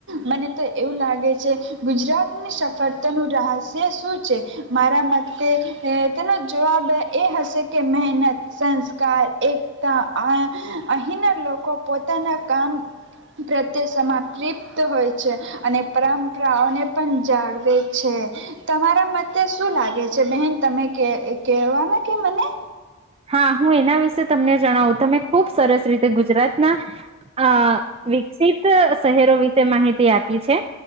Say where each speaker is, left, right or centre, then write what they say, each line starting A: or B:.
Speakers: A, on the right; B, on the right.
A: મને તો એવું લાગે છે, ગુજરાતની સફળતાનું રહસ્ય શું છે? મારા મતે તેનો જવાબ એ હશે, કે મહેનત, સંસ્કાર, એકતા. અહીંના લોકો પોતાના કામ પ્રત્યે સમાતિપ્ત હોય છે, અને પરંપરાઓને પણ જાળવે છે. તમારા મતે શું લાગે છે બહેન? તમે કે કેવાના કે મને?
B: હા, હું એના વિશે તમને જણાવું. તમે ખુબ સરસ રીતે ગુજરાતના અ વિકસિત શહેરો વિશે માહિતી આપી છે.